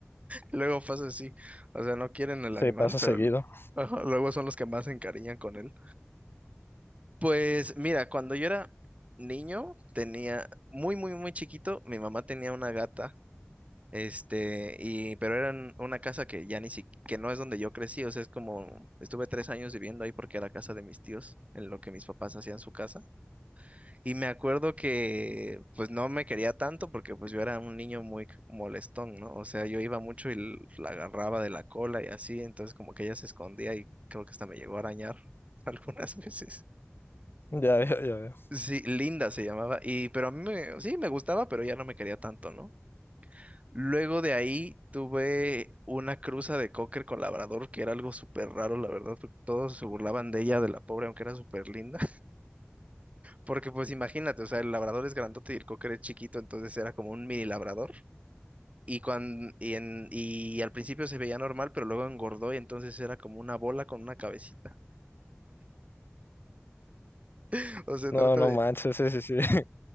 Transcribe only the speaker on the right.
Luego pasa así, o sea, no quieren el
animal,
pero
ajá, luego son los que más se encariñan con él. Pues mira, cuando yo era niño, tenía muy, muy, muy chiquito, mi mamá tenía una gata, este, y, pero era en una casa que ya ni siquiera, que no es donde yo crecí, o sea, es como, estuve tres años viviendo ahí porque era casa de mis tíos, en lo que mis papás hacían su casa. Y me acuerdo que pues no me quería tanto porque pues yo era un niño muy c- molestón, ¿no? O sea, yo iba mucho y l- la agarraba de la cola y así, entonces como que ella se escondía y creo que hasta me llegó a arañar <laughs> algunas veces.
Sí, Linda se llamaba y pero a mí me, sí me gustaba, pero ya no me quería tanto, ¿no? Luego de ahí tuve una cruza de cocker con labrador que era algo súper raro, la verdad, porque todos se burlaban de ella, de la pobre, aunque era súper linda. Porque pues imagínate, o sea, el labrador es grandote y el cocker es chiquito, entonces era como un mini labrador. Y, cuando, y, en- y al principio se veía normal, pero luego engordó y entonces era como una bola con una cabecita. <laughs> O sea,
trata
de...